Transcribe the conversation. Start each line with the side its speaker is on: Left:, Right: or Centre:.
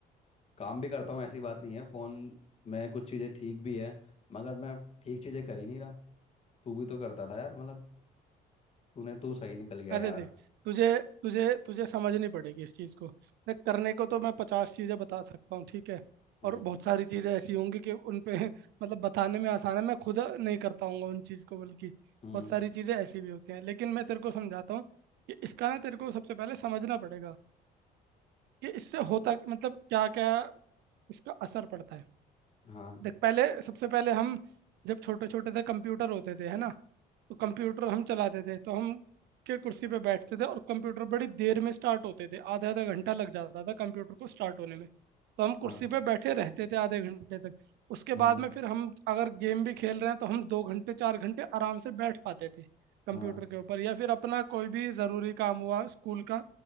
Left: काम भी करता हूँ ऐसी बात नहीं है फ़ोन में कुछ चीज़ें ठीक भी है मगर मैं ठीक चीज़ें कर ही नहीं रहा तू भी तो करता था यार मतलब तूने तू सही निकल गया
Right: अरे
Left: यार
Right: देख तुझे तुझे तुझे समझनी पड़ेगी इस चीज़ को देख करने को तो मैं पचास चीज़ें बता सकता हूँ ठीक है
Left: हम्म
Right: और बहुत सारी चीज़ें ऐसी होंगी कि उन पे <laughs> मतलब बताने में आसान है मैं खुद नहीं कर पाऊंगा उन चीज़ को बल्कि
Left: हम्म
Right: बहुत सारी चीज़ें ऐसी भी होती हैं लेकिन मैं तेरे को समझाता हूँ कि इसका ना तेरे को सबसे पहले समझना पड़ेगा कि इससे होता मतलब क्या क्या इसका असर पड़ता है
Left: हाँ
Right: देख पहले सबसे पहले हम जब छोटे छोटे थे कंप्यूटर होते थे है ना तो कंप्यूटर हम चलाते थे तो हम के कुर्सी पे बैठते थे और कंप्यूटर बड़ी देर में स्टार्ट होते थे आधा आधा घंटा लग जाता था कंप्यूटर को स्टार्ट होने में तो हम
Left: हाँ
Right: कुर्सी पे बैठे रहते थे आधे घंटे तक उसके
Left: हाँ
Right: बाद में फिर हम अगर गेम भी खेल रहे हैं तो हम दो घंटे चार घंटे आराम से बैठ पाते थे कंप्यूटर
Left: हाँ
Right: के ऊपर या फिर अपना कोई भी ज़रूरी काम हुआ स्कूल का